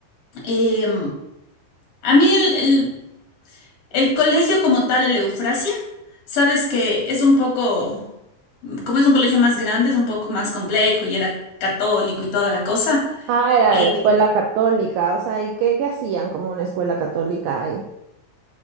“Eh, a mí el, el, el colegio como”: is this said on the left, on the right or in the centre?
Left